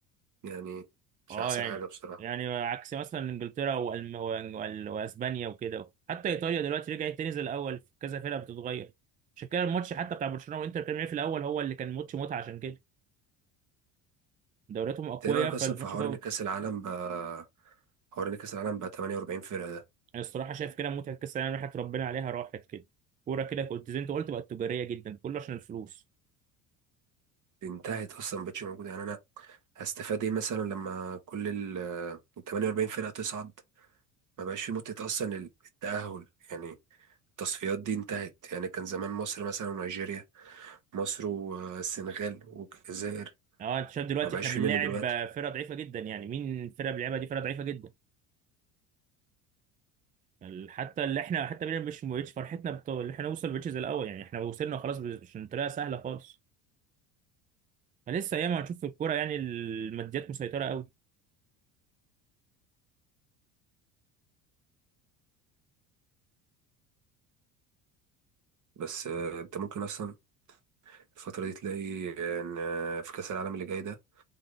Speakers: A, on the right; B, on the right.
A: يعني مش
B: اه
A: أحسن
B: يعني
A: حاجة بصراحة
B: يعني عكس مثلا انجلترا وألم... وأن- وال- واسبانيا وكده حتى ايطاليا دلوقتي رجعت تاني زي الاول في كذا فرقه بتتغير عشان كده الماتش حتى بتاع برشلونه وانتر كان في الاول هو اللي كان ماتش متعه عشان كده دورياتهم اقوياء
A: أنت إيه رأيك
B: فالماتش
A: أصلا في حوار
B: قوي
A: إن كأس العالم بقى حوار إن كأس العالم بقى 48 فرقة ده
B: أنا الصراحه شايف كده متعه كاس العالم راحت ربنا عليها راحت كده كوره كده كنت زي انت قلت بقت تجاريه جدا كله عشان الفلوس
A: انتهت أصلا مبقتش موجودة يعني أنا هستفاد إيه مثلا لما كل ال 48 فرقة تصعد ما بقاش في متعة أصلا التأهل يعني التصفيات دي انتهت يعني كان زمان مصر مثلا ونيجيريا مصر والسنغال والجزائر
B: اه انت شايف دلوقتي
A: ما بقاش
B: احنا
A: في
B: بنلاعب
A: منه دلوقتي
B: آه، فرقه ضعيفه جدا يعني مين الفرقه اللي بنلعبها دي فرقه ضعيفه جدا ال- حتى اللي احنا حتى بينا مش مش فرحتنا بت- اللي احنا نوصل بيتش زي الاول يعني احنا وصلنا خلاص مش طريقه سهله خالص فلسه ياما هنشوف في الكوره يعني الماديات مسيطره قوي
A: بس آه، انت ممكن اصلا الفترة دي تلاقي ان آه، في كأس العالم اللي جاي ده